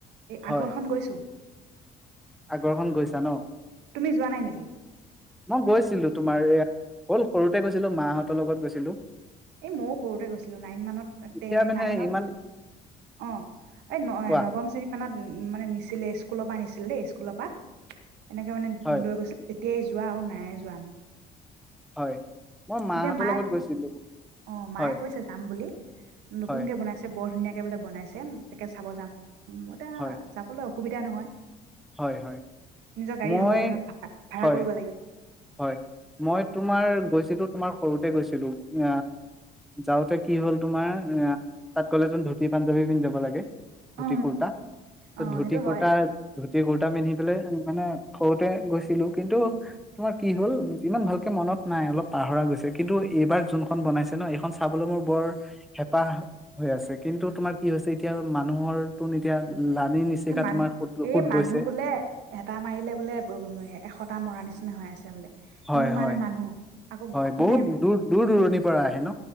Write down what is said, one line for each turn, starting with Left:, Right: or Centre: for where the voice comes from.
Right: এই
Centre: হয়।
Right: আগৰখন গৈছোঁ।
Centre: আগৰখন গৈছা ন?
Right: তুমি যোৱা নাই নেকি
Centre: মই গৈছিলো তোমাৰ এয়া।। হ'ল সৰুতে গৈছিলো মাহঁতৰ লগত গৈছিলো।
Right: এই ময়ো সৰুতে গৈছিলো নাইন মানত
Centre: এতিয়া মানে
Right: নাইনত
Centre: ইমান
Right: অ এই ন
Centre: কোৱা
Right: নৱম শ্ৰেণী মানত মানে নিছিলে স্কুল। স্কুলৰ পৰা নিছিল দেই স্কুলৰ পৰা। এনেকে মানে
Centre: হয়
Right: লৈ গৈছে। সেয়ে যোৱা আৰু নায়ে যোৱা আমি।
Centre: হয়। মই মাহঁতৰ
Right: এতিয়া মায়ে
Centre: লগত গৈছিলো।
Right: অ মায়ে
Centre: হয়
Right: কৈছে যাম বুলি নতুনকে
Centre: হয়
Right: বনাইছে বৰ ধুনীয়াকে। এতিয়া বোলে বনাইছে তাকে চাব যাম। উম এতিয়া
Centre: হয়
Right: যাবলৈ। সুবিধা নহয়?
Centre: হয় হয়
Right: নিজৰ গাড়ী
Centre: মই
Right: হব লাগে ন ভাড়া
Centre: হয়
Right: কৰিব লাগিব।
Centre: হয় মই তোমাৰ গৈছিলো তোমাৰ।। সৰুতে গৈছিলো আহ যাওঁতে কি হ'ল তোমাৰ এ তাত গ'লে তোন ধুতি পাঞ্জাৱী পিন্ধি যাব লাগে? ধুতি
Right: অ
Centre: কুৰ্তা ত
Right: অ
Centre: ধুতি
Right: সেইটো
Centre: কুৰ্তা
Right: হয়
Centre: ধু।। ধুতি কুৰ্তা পিন্ধি পেলাই মানে সৰুতে গৈছিলো। কিন্তু,।। তোমাৰ কি হল ইমান ভালকে মনত নাই। অলপ তোমাৰ কি হ'ল সিমান ভালকে মনত নাই অলপ পাহৰা গৈছে কিন্তু এইবাৰ যোনখন বনাইছে ন এইখন চাবলৈ মোৰ বৰ হেঁপাহ হৈ আছে। কিন্তু তোমাৰ কি হৈছে এতিয়া মানুহৰ তোন এতিয়া।। লানি নিচিকা
Right: এই মান
Centre: তোমাৰ সুত
Right: এই
Centre: সুত
Right: মানুহ
Centre: বৈছে
Right: বোলে এটা মাৰিলে বোলে এশটা মৰা নি।। নিচিনা হৈ আছে বোলে?
Centre: হয়
Right: ইমান
Centre: হয়
Right: মানুহ। আকৌ
Centre: হয় বহুত
Right: মানে
Centre: দূৰ দূৰ দূৰণিৰ পৰা আহে ন